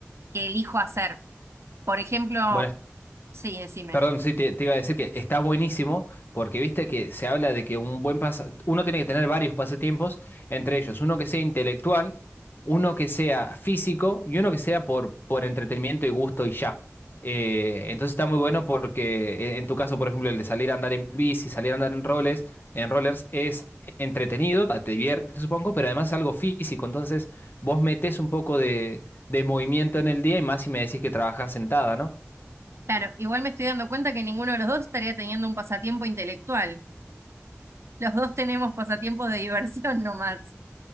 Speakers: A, on the right; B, on the left.
A: que elijo hacer. Por ejemplo,
B: Bueno,
A: sí, decime.
B: Perdón, sí, te, te iba a decir que está buenísimo porque viste que se habla de que un buen pasa- uno tiene que tener varios pasatiempos, entre ellos uno que sea intelectual, uno que sea físico y uno que sea por, por entretenimiento y gusto y ya. Eh, entonces está muy bueno porque eh, en tu caso, por ejemplo, el de salir a andar en bici, salir a andar en roles, en rollers es entretenido, te te divierte, supongo, pero además es algo físico. Entonces vos metés un poco de, de movimiento en el día y más si me decís que trabajas sentada, ¿no?
A: Claro, igual me estoy dando cuenta que ninguno de los dos estaría teniendo un pasatiempo intelectual. Los dos tenemos pasatiempos de diversión nomás.